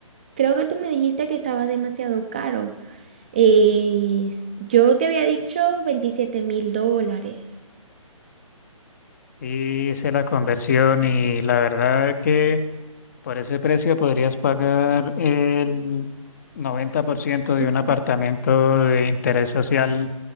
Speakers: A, on the right; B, on the left.
A: creo que tú me dijiste que estaba demasiado caro. Eh, s- yo te había dicho veintisiete mil dólares.
B: Y hice la conversión y la verdad que por ese precio podrías pagar el 90% de
A: Ujú.
B: un apartamento de interés social